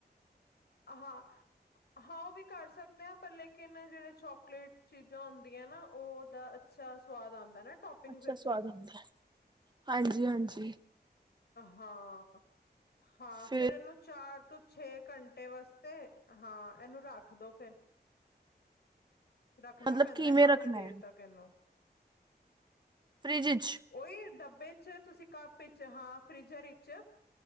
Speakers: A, on the left; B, on the right.
A: ਹਾਂ ਹਾਂ ਉਹ ਵੀ ਕਰ ਸਕਦੇ ਹ, ਪਰ ਲੇਕਿਨ ਜਿਹੜੇ ਚੋਕਲੇਟ ਚੀਜ਼ਾਂ ਹੁੰਦੀਆਂ ਨਾ ਉਹਦਾ ਅੱਛਾ ਸਵਾਦ ਆਉਂਦਾ ਨਾ ਟੋਪਿੰਗਸ
B: ਅੱਛਾ
A: ਵਿੱਚ
B: ਸਵਾਦ ਹੁੰਦਾ, ਹਾਂਜੀ ਹਾਂਜੀ।
A: ਹਾਂ, ਹਾਂ
B: ਫੇਰ
A: ਫੇਿਰ ਇਹਨੂੰ ਚਾਰ ਤੋਂ ਛੇ ਘੰਟੇ ਵਾਸਤੇ, ਹਾਂ ਇਹਨੂੰ ਰੱਖ ਦੋ ਫੇਿਰ ਰੱਖਣਾ
B: ਮਤਲਬ
A: ਪੈਂਦਾ
B: ਕਿਵੇਂ
A: ਕਾਫ਼ੀ
B: ਰੱਖਣਾ
A: ਦੇਰ
B: ਹੈ
A: ਤੱਕ ਇਹਨੂੰ।
B: ਫ੍ਰਿਜ ਇਚ।
A: ਓਹੀ ਡੱਬੇ ਚ ਤੁਸੀਂ ਕੱਪ ਵਿਚ ਹਾਂ ਫ੍ਰਿਜਰ ਵਿੱਚ।